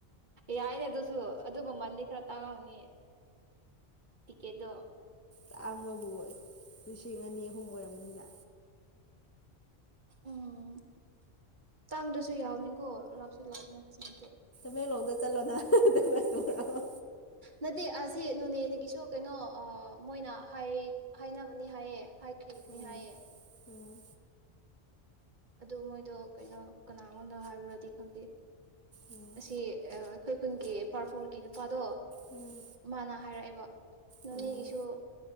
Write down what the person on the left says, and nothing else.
ꯇꯥꯡꯕꯕꯨ ꯂꯤꯁꯤꯡ ꯑꯅꯤ ꯑꯍꯨꯝ ꯑꯣꯏꯔꯕꯝꯅꯤꯅ
ꯃ ꯂꯣꯗ ꯆꯂꯣꯗ ꯃ ꯇ ꯋꯥ
ꯎꯝ
ꯎꯝ
ꯎꯝ
ꯎꯝ
ꯎꯝ